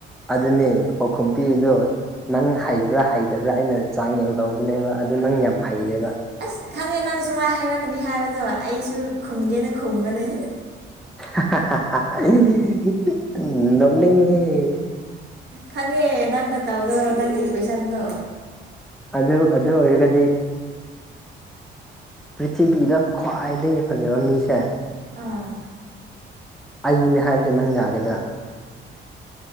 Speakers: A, in the centre; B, on the right.
A: ꯑꯗꯨꯅꯤ ꯄꯥꯎꯈꯨꯝ ꯄꯗꯣ ꯅꯪ ꯍꯩꯕ꯭ꯔꯥ ꯍꯩꯇꯕ꯭ꯔꯥ ꯑꯩꯅ ꯆꯥꯡ ꯌꯦꯡ ꯇꯧꯕꯅꯦꯕ ꯑꯗꯨ ꯅꯪ ꯌꯥꯝ ꯍꯩꯔꯦꯕ
B: ꯑꯁ ꯈꯪꯉꯦ ꯅꯪ ꯁꯨꯃꯥꯏꯅ ꯍꯥꯏꯔꯛꯀꯅꯤ ꯍꯥꯏꯕꯗꯣ ꯑꯩꯁꯨ ꯈꯨꯝꯒꯦꯅ ꯈꯨꯝꯕꯅꯦ
A: ꯂꯂꯤꯦ
B: ꯈꯪꯉꯦ ꯅꯪꯅ ꯇꯥꯎꯗꯣ ꯅꯪꯒꯤ ꯀꯣꯏꯁꯟꯗꯣ
A: ꯑꯗꯨ ꯑꯗꯨ ꯑꯣꯏꯔꯒꯗꯤ ꯄ꯭ꯔꯤꯊꯤꯕꯤꯗ ꯈ꯭ꯋꯥꯏꯗꯒꯤ ꯐꯖꯕ ꯃꯤꯁꯦ
B: ꯑꯥ
A: ꯑꯩꯅꯦ ꯍꯥꯏꯕꯁꯦ ꯅꯪ ꯌꯥꯒꯗ꯭ꯔꯥ